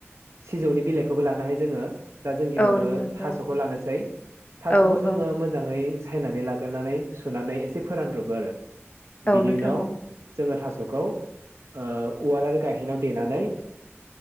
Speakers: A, on the right; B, on the left.
A: सिजौनि बिलाइखौबो लानो हायो जोङो। दा जों गिबियावनो
B: औ नंगौ नोंथां
A: थास'खौ
B: औ
A: लानोसै थास
B: औ
A: स'खौ जोङो
B: औ
A: मोजाङै सायनानै लागोरनानै सुनानै एसे फोरानद्र'बो आरो
B: औ
A: बिनि
B: नोंथां
A: उनाव
B: औ
A: जोङो थास' <unintelligible> ओ उवाल आरो गायहेनायाव देनानै